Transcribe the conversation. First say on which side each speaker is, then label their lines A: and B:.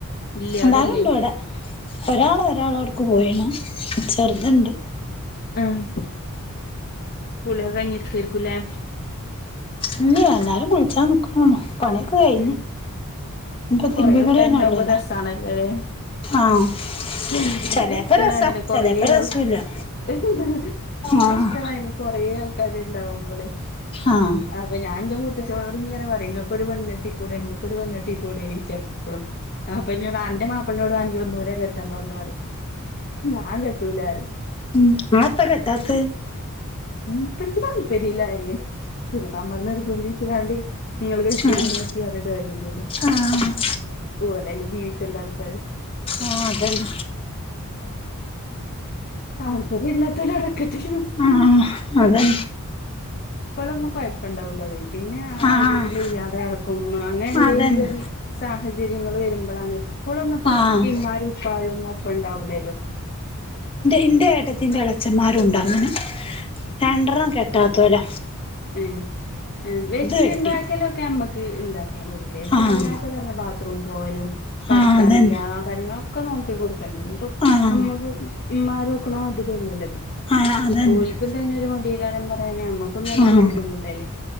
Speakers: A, on the left (about 45°); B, on the left (about 25°).
A: ഇല്ലേ
B: എന്താലുണ്ട്
A: അവിടെല്ലേ
B: വടെ ഒരാള് ഒരാളോട് ക്ക് പോയതാണ് ചെറുത്ണ്ട്
A: ആഹ് കുളിയൊക്കെ കയിഞ്ഞ്ഇര്ക്കായിരുക്കുലെ
B: ഇല്ലയ് എല്ലാരും കുളിച്ചാ നിക്കാണൊള്ളു പണിയൊക്കെ കഴിഞ്ഞ്
A: ഉം
B: അപ്പൊ തിരുമ്പി
A: കൊറേ ആൾക്കാരുണ്ടാവുമ്പോ
B: കുളിയന്നെ ഒള്ളൊല്ലൊ
A: രസാണല്ലോല്ലേ
B: ആഹ്
A: ഉം
B: ചെലേപ്പ
A: ഇൻക്ക്സ്സ്റ്റ
B: രസാ
A: അങ്ങനെ കൊറെ
B: ചെലേപ്പ രസൂല്ല
A: ആൾക്കാ ഇച്ച്
B: ആഹ്
A: ഇഷ്ടണയിന് കൊറെ ആൾക്കാര് ഇണ്ടാവുമ്പളെ
B: ആഹ്
A: അപ്പൊ ഞാൻന്റെ മൂത്തച്ചനൊട് ഇങ്ങെ പറിം ഇങ്ങക്കൊരു പെണ്ണട്ടി കൂടെ ഒരു പണ്ണിട്ടീ കൂടെ ചെപ്പളും അപ്പൊ ഇന്നൊട് അന്റെ മാപ്പിളോട് വണങി ഒന്നൂടെ കെട്ടാൻ പറഞ്ഞൊ പറിം ഞാൻ കെട്ടൂലറിം
B: നിങ്ങളെത്താ കെട്ടാത്തെ
A: മൂപ്പർക്ക് താല്പര്യം ഇല്ല അതന്നെ പിന്നെപ്പ നമ്മള് നിർബന്ധിച്ച് കാണ്ട് നിങ്ങള് കെട്ടി
B: ആഹ്
A: നിങ്ങൾ കെട്ടി അറിഞ്ഞിട്ട് കാര്യല്ലല്ലോ
B: ആഹ്
A: ഓല ല്ലേ ജീവിച്ച ണ്ടാൾക്കാര്
B: ആഹ് അതന്നെ
A: താല്പര്യം ഇല്ലാത്തൊര അടക്കട്ടെ
B: ആഹ് അതെ
A: ഇപ്പോളൊന്നും കൊഴപ്പം ഇണ്ടാവൂല്ലത പിന്നെ ആ
B: ആഹ്
A: ഒരു കഴിഞ്ഞാണ് ത് എളക്കം അങ്ങനെ എന്തെങ്കിലും
B: അതന്നെ
A: ഒരു സാഹചര്യങ്ങൾ വരുമ്പളാണ് എപ്പോള ന്നുപ്പം
B: ആഹ്
A: ഇമ്മാരും ഉപ്പായും ഒപ്പം ഉണ്ടാവൂലല്ലോ
B: ഇൻ്റെ എട്ട ത്തിന്റെ എളച്ചന്മാരു ഉണ്ട് അങ്ങനെ രണ്ടറണം കെട്ടാത്തൊല്ല
A: ഏ ഏ വെച്ച്
B: കെട്ടി
A: ഉണ്ടാക്കലക്കെ ഞമ്മക്ക് ഉണ്ടാക്കി കൊടുക്ക ഇതല്ലാത്ത
B: ആഹ്
A: തന്നെ ബാ ത്രുപോവലും കറക്കാനില്ല
B: ആഹ് അതന്നെ
A: ആ കാര്യങ്ങളൊക്കെ നോക്കിടുക്കൊ
B: ആഹ്
A: നമ്മക്ക് ഇമ്മാര് നോക്ക്ണ മാതിരി അല്ലല്ലോ ഇത്
B: ആഹ് അതന്നെ
A: ഓല്ക്കും തന്നെ ഒരു മടീകാരം അന്നെ നമ്മക്കും തന്നെ
B: ആഹ്
A: ഒരു ബുദ്ധിമുട്ടല്ലേ